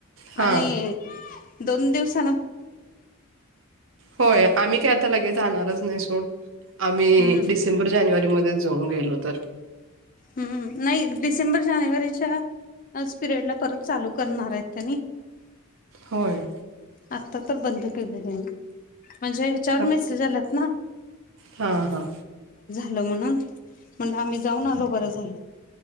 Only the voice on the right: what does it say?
हा
होय आम्ही काय आता लगेच जाणारच नाही सोड आम्ही
डिसेंबर जानेवारी मध्येच जाऊन गेलोत त्तर
होय.
हा
हा हा